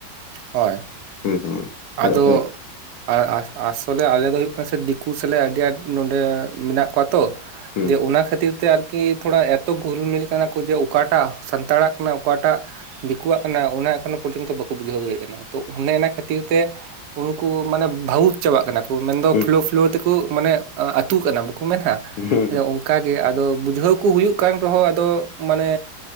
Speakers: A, on the right; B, on the left.
A: ᱦᱳᱭ
B: ᱦᱮᱸ ᱥᱮ ᱵᱟᱝ
A: ᱟᱫᱚ
B: ᱪᱮᱫᱟᱜ ᱥᱮ
A: ᱟᱥᱚᱞᱮ ᱟᱞᱮ ᱫᱚ ᱦᱩᱭᱩᱜ ᱠᱟᱱᱟ᱾ ᱫᱤᱠᱩ ᱥᱟᱞᱮ ᱟᱹᱰᱤ ᱟᱸᱴ ᱱᱚᱰᱮ ᱢᱮᱱᱟᱜ ᱠᱚᱣᱟ ᱛᱚ
B: ᱦᱩᱸ
A: ᱫᱤᱭᱮ ᱚᱱᱟ ᱠᱷᱟᱹᱛᱤᱨ ᱛᱮ ᱟᱨᱠᱤ ᱛᱷᱚᱲᱟ ᱮᱛᱚ ᱜᱩᱞᱢᱤᱞ ᱠᱟᱱᱟ ᱠᱚ ᱡᱮ ᱚᱠᱟᱴᱟᱜ ᱥᱟᱱᱛᱟᱲᱟᱜ ᱠᱟᱱᱟ ᱚᱠᱟᱴᱟᱜ ᱫᱤᱠᱩᱣᱟᱜ ᱠᱟᱱᱟ ᱚᱱᱟ ᱮᱠᱷᱚᱱᱳ ᱯᱚᱨᱡᱚᱱᱛᱚ ᱵᱟᱠᱚ ᱵᱩᱡᱷᱟᱹᱣ ᱫᱟᱲᱮᱭᱟᱜ ᱠᱟᱱᱟ᱾ ᱚ ᱚᱱᱮ ᱚᱱᱟ ᱠᱷᱟᱹᱛᱤᱨ ᱛᱮ ᱩᱱᱠᱩ ᱢᱟᱱᱮ ᱵᱷᱟᱹᱵᱩᱠ ᱪᱟᱵᱟᱜ ᱠᱟᱱᱟ ᱠᱚ ᱢᱮᱱ ᱫᱚ
B: ᱦᱩᱸ
A: ᱯᱷᱚᱞᱳ- ᱯᱷᱚᱞᱳ ᱛᱮᱠᱚ ᱢᱟᱱᱮ ᱟᱹᱛᱩᱜ ᱠᱟᱱᱟ ᱵᱟᱠᱚ ᱢᱮᱱ-ᱟ
B: ᱦᱩᱸ
A: ᱚᱱᱠᱟ ᱜᱮ ᱟᱫᱚ ᱵᱩᱡᱷᱟᱹᱣ ᱠᱚ ᱦᱩᱭᱩᱜ ᱠᱟᱱ ᱨᱮᱦᱚᱸ ᱟᱫᱚ ᱢᱟᱱᱮ